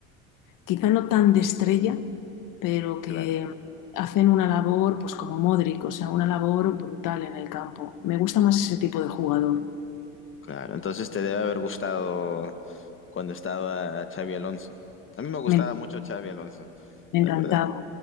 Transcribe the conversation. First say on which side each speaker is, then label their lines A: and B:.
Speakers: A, on the left (about 50°); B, on the left (about 30°).
A: quizá no tan de estrella, pero que
B: Claro,
A: hacen una labor pues como Modric, o sea, una labor brutal en el campo. Me gusta más ese tipo de jugador.
B: claro. Entonces te debe haber gustado cuando estaba Xavi Alonso. A mí me gustaba
A: Me,
B: mucho Xavi Alonso,
A: me
B: la
A: encantaba.
B: verdad.